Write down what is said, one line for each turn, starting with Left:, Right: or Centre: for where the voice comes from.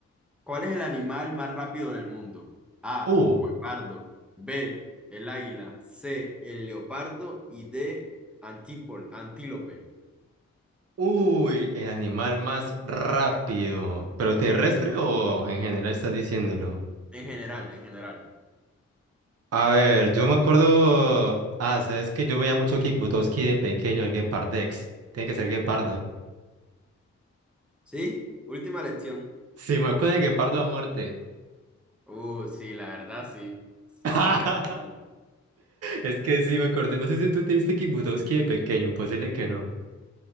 Centre: ¿Cuál es el animal más rápido del mundo? A,
Right: Uh,
Centre: guepardo. B, el águila. C, el leopardo. Y D, antípol, antílope.
Right: uy, el animal más rápido. ¿Pero terrestre o en general estás diciéndolo?
Centre: En general, en general.
Right: A ver, yo me acuerdo. Ah, sabes que yo veía mucho Kick Buttowski de pequeño, el Gepardex. Tiene que ser guepardo,
Centre: ¿Sí? Última lección.
Right: Sí, me acuerdo de guepardo a muerte.
Centre: Uh, sí, la verdad, sí. Sí,
Right: <laughs>
Centre: sí es el leopardo.
Right: Es que sí, me acordé. No sé si tú te viste Kick Buttowski de pequeño, imposible que no.